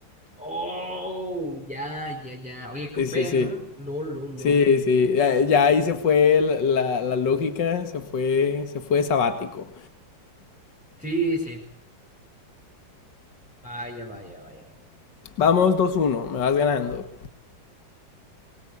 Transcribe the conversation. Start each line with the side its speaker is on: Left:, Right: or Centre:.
Centre: Oh, ya, ya, ya. Oye, qué copé,
Left: Sí, sí, sí.
Centre: ¿no? Lol, lol,
Left: Sí,
Centre: lol.
Left: sí. Ya, ya ahí se fue la, la- la lógica, se fue, se fue sabático.
Centre: Sí, sí. Vaya, vaya, vaya, vaya.
Left: Vamos 2-1, me vas ganando.